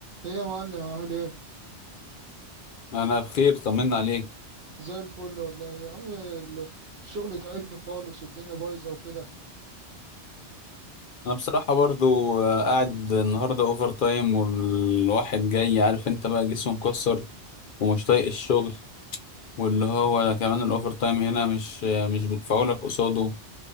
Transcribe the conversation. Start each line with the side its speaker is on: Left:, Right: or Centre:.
Right: ايه يا معلم عامل ايه
Left: انا بخير طمنا عليك
Right: زي الفل والله يا عم ال- الشغل تعبني خالص والدنيا بايظه وكده
Left: انا بصراحه برضو آه، قاعد النهارده اوفر تايم والواحد جاي عارف انت بقى جسمه مكسر ومش طايق الشغل واللي هو كمان الاوفر تايم هنا مش آه، مش بيدفعوا لك قصاده